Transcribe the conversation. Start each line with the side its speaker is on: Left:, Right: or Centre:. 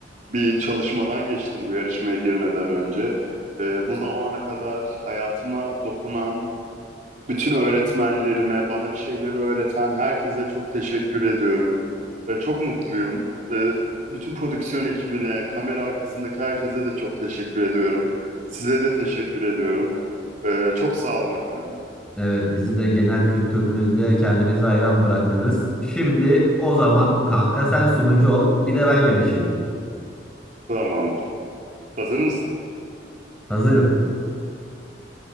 Right: bir çalışmadan geçtim bu yarışmaya girmeden önce. Ee, bu zamana kadar hayatıma dokunan Bütün öğretmenlerime, bana bir şeyleri öğreten herkese çok teşekkür ediyorum. Ee, çok mutluyum. Ee, bütün prodüksiyon ekibine, kamera arkasındaki herkese de çok teşekkür ediyorum. Size de teşekkür ediyorum. Ee, çok sağ olun efendim.
Centre: Evet, bizi de genel kültürünüzle kendinize hayran bıraktınız. Şimdi o zaman kanka sen sunucu ol, bir de ben yarışayım.
Right: Tamamdır. Hazır mısın?
Centre: Hazırım.